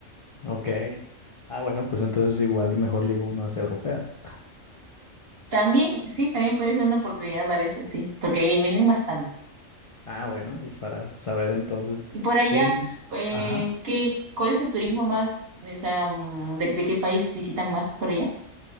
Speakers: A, on the left; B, on the right.
A: Ok. Ah, bueno, pues entonces igual y mejor ligo unas europeas.
B: También, sí, también puede ser una oportunidad para eso, sí, porque ahí vienen bastantes.
A: Ah, bueno, pues para saber entonces,
B: Y por allá,
A: sí,
B: eh,
A: ajá.
B: ¿qué, cuál es el turismo más, o sea, mm, de, de qué país visitan más por allá?